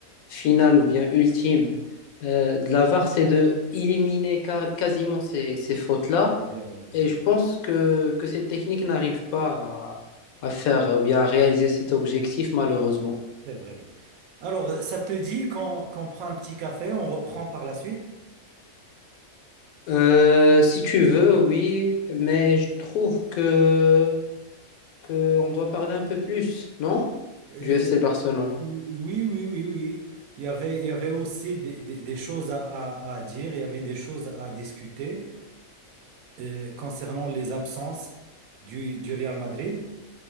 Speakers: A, on the left; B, on the right.
A: final ou bien ultime euh, de la VAR, c'est de éliminer ca- quasiment ces, ces fautes-là.
B: Vers- Oui,
A: Et je pense que, que cette technique n'arrive pas à, à faire ou bien à réaliser cet objectif, malheureusement.
B: c'est vrai. Alors, ça te dit qu'on qu'on prend un petit café, on reprend par la suite?
A: Euh, si tu veux, oui, mais je trouve que qu'on doit parler un peu plus, non?
B: Euh,
A: Du FC Barcelone.
B: ou- oui, oui, oui, oui. Il y avait, il y avait aussi des, des- des choses à, à- à dire, il y avait des choses à discuter euh, concernant les absences du, du Real Madrid.